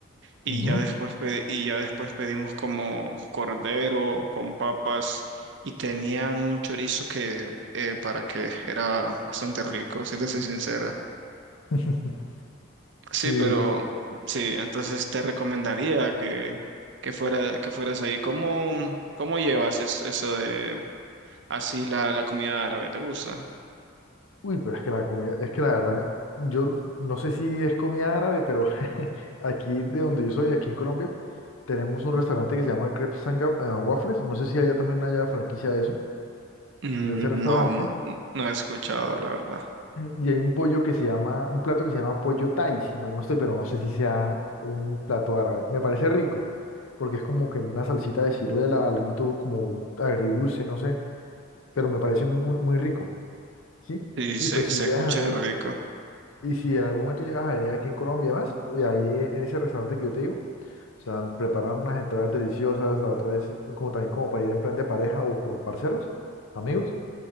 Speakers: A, on the right (about 55°); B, on the left (about 80°).
A: Y
B: Ujú.
A: ya después, pe- y ya después pedimos como cordero con papas y tenían un chorizo que eh, para que era bastante rico, si te soy sincera.
B: <laughs>
A: Sí,
B: Sí.
A: pero sí, entonces te recomendaría que, que fuera, que fueras ahí. ¿Cómo, cómo llevas es- eso de así la, la comida árabe? ¿Te gusta?
B: Uy, pero es que la comida, es que la verdad, eh, yo no sé si es comida árabe, pero <laughs> aquí de donde yo soy, aquí en Colombia, tenemos un restaurante que se llama Crepes and Ga- and Waffles. No sé si allá también haya franquicia de eso,
A: Mm,
B: de ese restaurante.
A: No, no, no he escuchado, la verdad.
B: Y hay un pollo que se llama, un plato que se llama pollo thai, si mal no estoy, pero no sé si sea un plato árabe. Me parece rico, porque es como que en una salsita de ciruela, algo como agridulce, no sé, pero me parece muy, muy rico, ¿sí?
A: Sí,
B: Y
A: se,
B: pues si
A: se
B: llegas
A: escucha
B: en algún,
A: rico.
B: y si en algún momento llegas a venir aquí en Colombia más, y ahí en ese restaurante que yo te digo, o sea, preparan unas entradas deliciosas, la otra es como también como para ir en plan de pareja o con parceros, amigos.